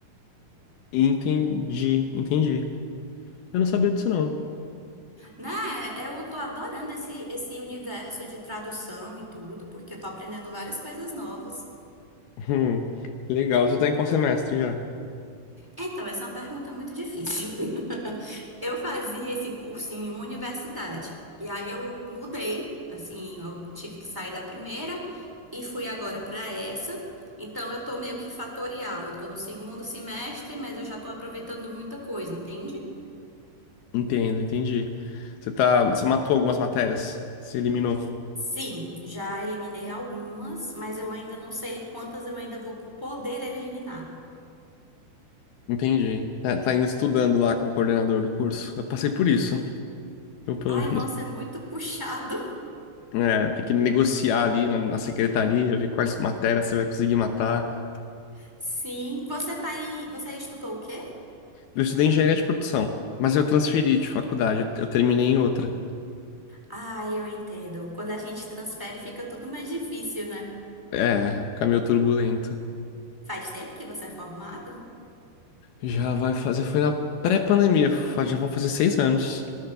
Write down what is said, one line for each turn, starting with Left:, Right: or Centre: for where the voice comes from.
Left: Entendi, entendi. Eu não sabia disso não.
Centre: Né? Eu tô adorando esse, esse universo de tradução e tudo, porque eu tô aprendendo várias coisas novas.
Left: Hum, legal. Você tá em qual semestre já?
Centre: Então, essa é uma pergunta muito difícil. <laughs> Eu fazia esse curso em uma universidade. E aí eu mudei, assim, eu tive que sair da primeira e fui agora para essa. Então, eu tô meio que fatorial. Eu tô no segundo semestre, mas eu já tô aproveitando muita coisa, entende?
Left: Entendo, entendi. Você tá, você matou algumas matérias, você eliminou.
Centre: Sim, já eliminei algumas, mas eu ainda não sei quantas eu ainda vou poder eliminar.
Left: Entendi. Tá, tá ainda estudando lá com o coordenador do curso. Eu passei por isso. Eu, pelo
Centre: Ai,
Left: menos,
Centre: nossa, é muito puxado.
Left: é, tem que negociar ali na, na secretaria, ver quais matérias você vai conseguir matar.
Centre: <laughs> Sim, você tá em, você estudou o quê?
Left: Eu estudei engenharia de produção, mas eu transferi de faculdade, eu terminei em outra.
Centre: Ah, eu entendo. Quando a gente transfere, fica tudo mais difícil, né?
Left: É, caminho turbulento.
Centre: Faz tempo que você é formado?
Left: Já vai fazer, foi na pré-pandemia, fa- já vão fazer seis anos